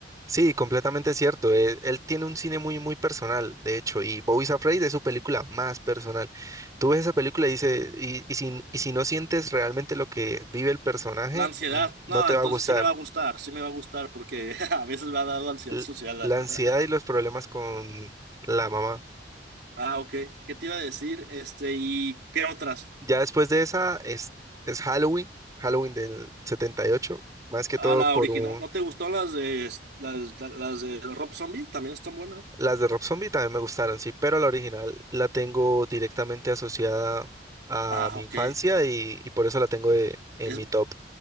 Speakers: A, on the right; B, on the right.
A: Sí, completamente cierto. Él, él tiene un cine muy, muy personal, de hecho, y Boys Afraid es su película más personal. Tú ves esa película y, dice, y, y si, y si no sientes realmente lo que vive el personaje,
B: La ansiedad,
A: n- no
B: no,
A: te
B: entonces
A: va a gustar.
B: sí me va a gustar, sí me va a gustar porque <laughs> a veces me ha dado ansiedad
A: L-
B: social, la
A: la
B: verdad.
A: ansiedad
B: <laughs>
A: y los problemas con la mamá.
B: Ah, ok. ¿Qué te iba a decir? Este, ¿y qué otras?
A: Ya después de esa es, es Halloween, Halloween del 78, más que
B: Ah,
A: todo
B: la
A: por
B: original.
A: un,
B: ¿No te gustó las de las, las de Rob Zombie? También están buenas.
A: Las de Rob Zombie también me gustaron, sí, pero la original la tengo directamente asociada a
B: Ah,
A: mi
B: ok.
A: infancia y, y por eso la tengo de- en
B: Es,
A: mi top.